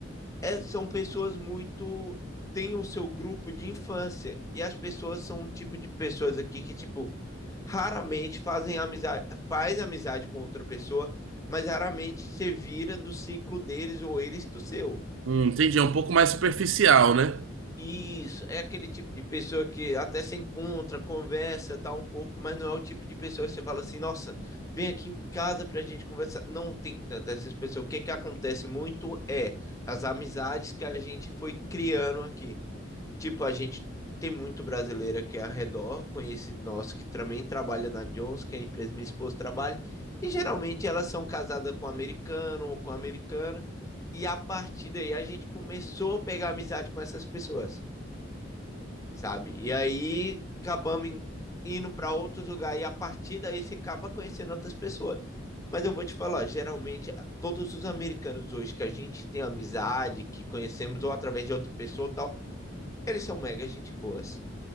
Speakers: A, on the left; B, on the right.
A: é, são pessoas muito. têm o seu grupo de infância. E as pessoas são um tipo de pessoas aqui que, tipo, raramente fazem amizade, faz amizade com outra pessoa, mas raramente se vira do ciclo deles ou eles do seu.
B: Hum, entendi. É um pouco mais superficial, né?
A: Isso, é aquele tipo de pessoa que até se encontra, conversa, tá um pouco, mas não é o tipo de pessoa que você fala assim, nossa, vem aqui em casa pra gente conversar. Não tem tanto essas pessoas. O que que acontece muito é as amizades que a gente foi criando aqui. Tipo, a gente tem muito brasileira que é ao redor, conhecido nosso que também trabalha na Johnson, que é a empresa que minha esposa trabalha, e geralmente elas são casadas com americano ou com americana, e a partir daí a gente começou a pegar amizade com essas pessoas, sabe? E aí acabamos indo para outros lugares, e a partir daí você acaba conhecendo outras pessoas. Mas eu vou te falar, geralmente todos os americanos hoje que a gente tem amizade, que conhecemos ou através de outra pessoa ou tal, eles são mega gente boas.